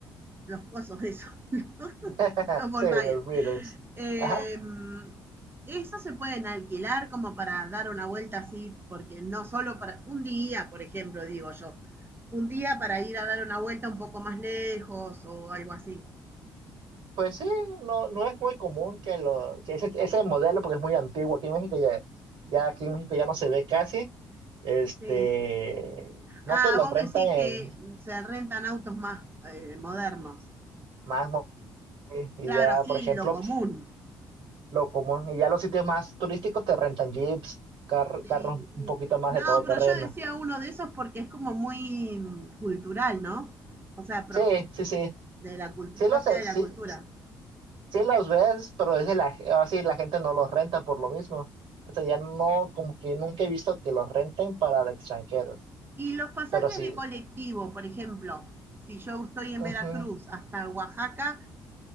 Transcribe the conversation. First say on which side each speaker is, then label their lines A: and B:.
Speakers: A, on the right (about 25°); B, on the right (about 70°).
A: los cosos, esos, <laughs> los,
B: <laughs>
A: los Volkswagen.
B: sí, los virus,
A: Eh,
B: ajá.
A: esos se pueden alquilar como para dar una vuelta así, porque no solo para un día, por ejemplo, digo yo, un día para ir a dar una vuelta un poco más lejos o algo así.
B: Pues sí, no, no es muy común que, lo, que ese, ese modelo, porque es muy antiguo aquí en México, ya, ya aquí en México ya no se ve casi, este,
A: Sí.
B: no
A: Ah,
B: te los
A: vos
B: rentan
A: decís
B: en
A: que se rentan autos más eh, modernos.
B: más mo- y
A: Claro,
B: ya,
A: sí,
B: por ejemplo,
A: lo común.
B: lo común, y ya los sitios más turísticos te rentan jeeps, car-
A: Sí,
B: carros un
A: sí.
B: poquito más
A: No,
B: de todo
A: pero
B: terreno.
A: yo decía uno de esos porque es como muy mm, cultural, ¿no? O sea, pro-
B: Sí, sí, sí,
A: de la cultu-
B: sí
A: propio
B: los, eh,
A: de
B: sí,
A: la cultura.
B: sí los ves, pero es de la, así la gente no los renta por lo mismo. O sea, ya no, como que nunca he visto que los renten para extranjeros.
A: Y los pasajes
B: Pero sí.
A: de colectivo, por ejemplo, si yo estoy en
B: ujú.
A: Veracruz hasta Oaxaca,